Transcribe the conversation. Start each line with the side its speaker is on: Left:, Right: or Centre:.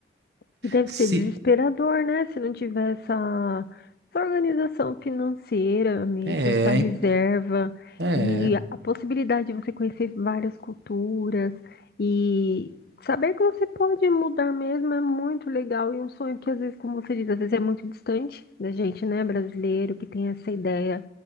Left: E deve
Right: Se
Left: ser desesperador, né? Se não tiver essa, essa organização financeira mesmo,
Right: é,
Left: essa reserva
Right: é,
Left: e a possibilidade de você conhecer várias culturas e saber que você pode mudar mesmo é muito legal e um sonho que às vezes, como você diz, às vezes é muito distante da gente, né, brasileiro, que tem essa ideia